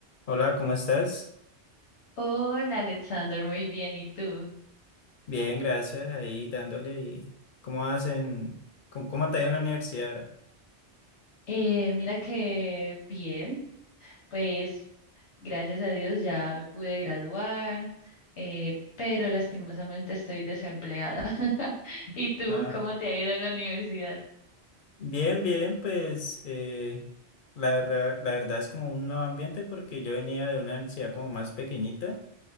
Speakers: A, on the left (about 55°); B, on the left (about 85°).
A: Hola, ¿cómo estás?
B: Hola Alexander, muy bien. ¿Y tú?
A: Bien, gracias. Ahí dándole. y- ¿Cómo hacen? ¿Cómo, cómo te ha ido en la universidad?
B: Eh, mira que bien, pues gracias a Dios ya me pude graduar, eh, pero lastimosamente estoy desempleada. <laughs> ¿Y tú?
A: Ah,
B: ¿Cómo te ha ido en la universidad?
A: bien, bien, pues eh, la, ra- la verdad es como un nuevo ambiente porque yo venía de una universidad como más pequeñita